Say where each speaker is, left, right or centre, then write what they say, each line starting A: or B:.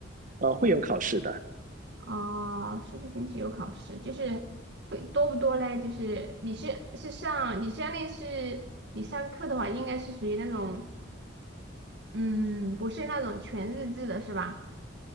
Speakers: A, on the right (about 45°); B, on the right (about 60°).
A: 呃，会有考试的。
B: 啊、数据分析有考试，就是会多不多嘞？就是你是是上你相当于是你上课的话，应该是属于那种嗯，不是那种全日制的是吧？